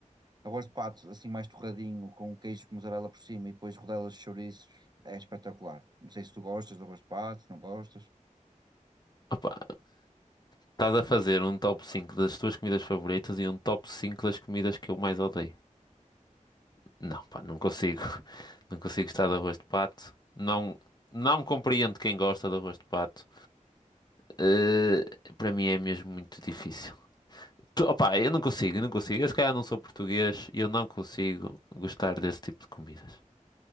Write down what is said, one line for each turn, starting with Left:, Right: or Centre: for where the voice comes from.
Right: Eu gosto de pato assim mais torradinho, com um queijo de mussarela por cima e depois rodelas de chouriços. É espetacular. Não sei se tu gostas do gosto de pato, se não gostas.
Left: Opa, estás a fazer um top 5 das tuas comidas favoritas e um top 5 das comidas que eu mais odeio. Não, pá, não consigo. <laughs> Não consigo gostar de arroz de pato. Não, não compreendo quem gosta de arroz de pato. Eh, para mim é mesmo muito difícil. Tu- Opa, eu não consigo, eu não consigo. Eu se calhar não sou português e eu não consigo gostar desse tipo de comidas.